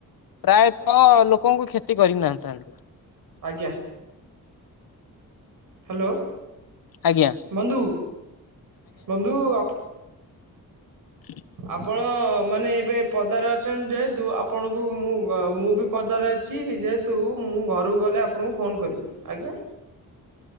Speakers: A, on the left; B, on the right.
A: ପ୍ରାୟତଃ ଲୋକଙ୍କୁ କ୍ଷତି କରିନଥାନ୍ତି।
B: ଆଜ୍ଞା। ହ୍ୟାଲୋ।
A: ଆଜ୍ଞା।
B: ବନ୍ଧୁ ବନ୍ଧୁ ଆପ
A: ହଁ
B: ଆପଣ ମାନେ ଏବେ ପଦାରେ ଅଛନ୍ତି ଯେହେତୁ ଆପଣଙ୍କୁ ମୁଁ ମୁଁ ବି ପଦାରେ ଅ ଅଛି ଯେହେତୁ ମୁଁ ଘରକୁ ଗଲେ ଆପଣଙ୍କୁ ଫୋନ୍ କରିବି ଆଜ୍ଞା।